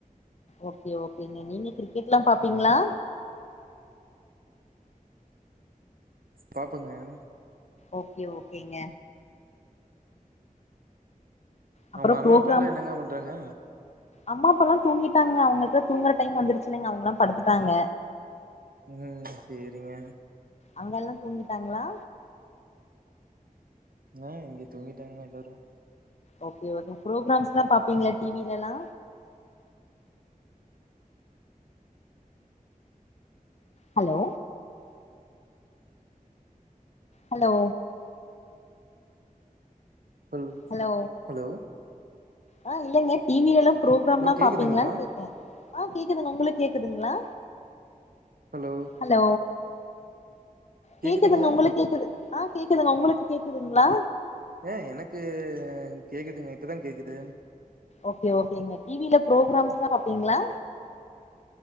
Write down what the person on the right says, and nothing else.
பாப்பங்க
அவ்ங்க அம்மா
அப்பாலா என்னங்க பண்றாங்க
ம் சேரிங்க
ஆ இங்க தூங்கிட்டாங்க எல்லாரு
ம்
சேர் ஹலோ
ஹலோ கேக்குதுங்களா?
ஹலோ
கேக்குதுங்களா?
ஏ எனக்கு அ கேக்குதுங்க இப்ப தா கேக்குது